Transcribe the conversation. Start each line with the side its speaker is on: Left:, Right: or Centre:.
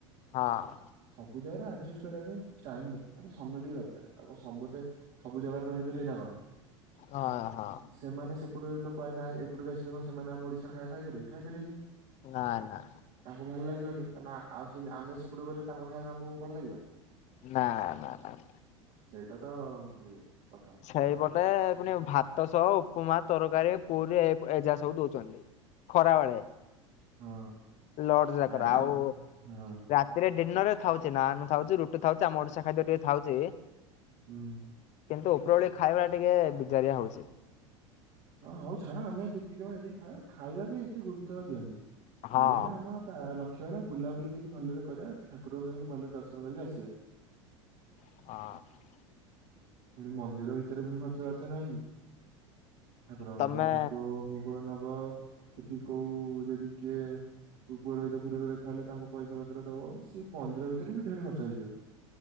Left: ହଁ।
Right: ସବୁ ଜାଗାରେ ଆଡଜଷ୍ଟ କରିବା ପାଇଁ ଟାଇମ ଦର ମାନେ ସମୟ ଟିକେ ଦରକାର ଆ ସମସ୍ତେ ସବୁ ଜାଗାରେ ରହିପାରିବେ ନା କଣ?
Left: ହଁ ହଁ।
Right: ସେମାନେ ସେପଟ ଲୋକ ଏନା ଏପଟକୁ ଆସିଲେ କଣ ସେମାନେ ଆମ ଓଡିଶା ଖାଇବା ଖାଇପାରିବେ ଖାଇପାରେନି।
Left: ନାଁ ନା।
Right: ତାଙ୍କୁ ଭଲ ଲାଗିବନି କାରଁନା ଆଉ ସେତି ଆମେ ସେପଟକୁ ଗଲେ ତାଙ୍କ ଖାଇ କମକୁ ଭଲ ଲାଗିବ।
Left: ନା ନା ନା ନା।
Right: ସେଇଟା ତ କଥା।
Left: ସେଇପଟେ ପୁଣି ଭାତ ସହ ଉପମା ତରକାରୀ ପୁରୀ ଏ ପ ଏଯାଏ ସବୁ ଦଉଚନ୍ତି। ଖରା ବେଳେ
Right: ହଁ
Left: ଲଡ ଯାକରା
Right: ନାଇଁ ଆମ
Left: ଆଉ
Right: ହଁ
Left: ରା ତିରେ ଡିନର ଥାଉଚି ନାନ ଥାଉଚି ରୁଟି ଥାଉଚି ଆମ ଓଡିଶା ଖାଦ୍ୟ ଟିକେ ଥାଉଚି।
Right: ହୁଁ।
Left: କିନ୍ତୁ ଉପରଓଳି ଖାଇବା ଟିକେ ବିଜାରିଆ ହଉଚି।
Right: ହଁ ହଉ ଛାଡା ଆମେ ଯେତିକିହବ ହେତିକି ଖାଇବା ଖାଇବା ପାଇଁ ଏତେ ଗୁରୁତ୍ବ ଦିଅନି।
Left: ହଁ
Right: ମେନ ଆମ ତା ଲକ୍ଷ୍ୟ ହେଲା ବୁଲାବୁଲି କେମିତି ଭଲରେ କରିବା ଠାକୁରଙ୍କୁ କେମିତି ଭଲରେ ଦର୍ଶନ କରିକି ଆସିବା।
Left: ହଁ।
Right: ପୁଣି ମନ୍ଦିର ଭିତରେ ପୁଣି ଖର୍ଚ୍ଚ ବାର୍ଚ୍ଚ ନହିଁ କି? ଠାକୁରଙ୍କ
Left: ତମେ
Right: ପାଇଁ ଭୋଗ ଭୋ ଗ ନବ ସେଠି କୋଉ ଯଦି କିଏ କୋଉ ପୁରୋହିତ ଫୁରୋହିଦ ଦେଖା ହେଲେ ତାଙ୍କୁ ପଇସା ପତ୍ର ଦବ ସିଏ ମନ୍ଦିର ଭିତରେ ବି ଢେର ଖର୍ଚ୍ଚ ହେଇଯିବ।